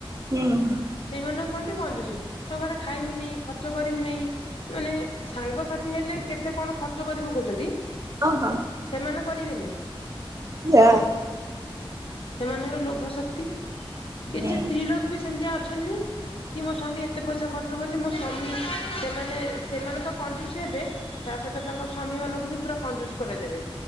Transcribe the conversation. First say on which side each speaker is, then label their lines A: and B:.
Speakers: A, on the right; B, on the left.
A: ହୁଁ ହୁଁ
B: ସେଇମାନଙ୍କୁ କହନ୍ତି କଞ୍ଜୁସ୍ ଟଙ୍କା ଟେ ଖାଇମି ନି ଖର୍ଚ୍ଚ କରିମି ନି। ମାନେ ସାଙ୍ଗସାଥି ହେଲେ କେତେ କଣ ଖର୍ଚ୍ଚ କରି ପକଉଛନ୍ତି।
A: ଓହୋ।
B: ସେମାନେ କରିବେନି।
A: ଯା।
B: ସେମାନଙ୍କର ଲୋଭ ଶକ୍ତି
A: ହୁଁ
B: କିଛି ସ୍ତ୍ରୀ ଲୋକ ବି ସେମ୍ତିଆ ଅଛନ୍ତି। କି ମୋ ସ୍ୱାମୀ ଏତେ ପଇସା ଖର୍ଚ୍ଚ କରୁଛି ମୋ ସ୍ୱାମୀ ସେମାନେ ସେମାନେ ତ କଞ୍ଜୁସ୍ ହେବେ। ତା ସହିତ ତାଙ୍କ ସ୍ୱାମୀ ମାନଙ୍କୁ ବି ପୁରା କଞ୍ଜୁସ କରେଇ ଦେବେ।